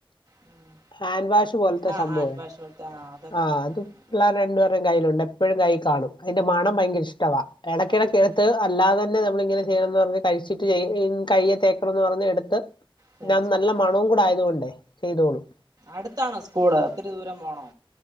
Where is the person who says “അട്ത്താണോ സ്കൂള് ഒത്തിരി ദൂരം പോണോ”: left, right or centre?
Right